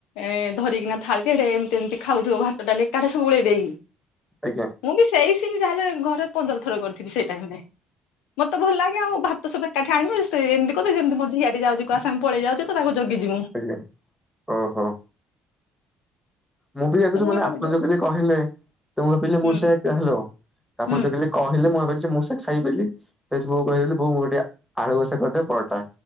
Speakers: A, on the left; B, in the centre.
A: ଏ ଧରିକିନା ଥାଳି ଟେ ଏମିତି ଏମିତି ଖାଉଥିବ ଭାତ ଡାଲି ଏକାଠି ସବୁ ଗୁଳେଇ ଦେଇକି।
B: ଆଜ୍ଞା।
A: ମୁଁ ବି ସେଇ ସିନି ଯାହାଲେ ଘରେ ପନ୍ଦରଥର କରିଥିବି ସେଇ ଟାଇମ ରେ ମତେ ଭଲ ଲାଗେ ଆଉ ଭାତ ସବୁ ଏକାଠି ଆଣିବୁ ତ ଏମିତି କଲେ ସେମତି ମୋ ଝିଆରି ଯାଉଛି କାହା ସାଙ୍ଗେ ପଳେଇ ଯାଉଛି ତ ତାକୁ ଜଗିଛି ମୁଁ।
B: ଆଜ୍ଞା ଓହୋ। ମୁଁ ବି ଦେଖୁଛି
A: ସବୁ
B: ମାନେ
A: ଗୋଟେ
B: ଆପଣ
A: ଗୋଟେ
B: ଯ କହିଲେ ତ ମୁଁ ଭାବିଲି ମୁଁ
A: ହୁଁ
B: ସେ ହେଲୋ। ତ ଆପଣ
A: ହୁଁ
B: ଯଉ କାଲି କହିଲେ ମୁଁ ଭାବିଲି ଯେ ମୁଁ ସେ ଖାଇବି ବୋଲି। ଫେସବୂକ ଦେଲି ବହୁତ ବଢିଆ। ଆଳୁ କଷା କରିଦେ ପରଟା।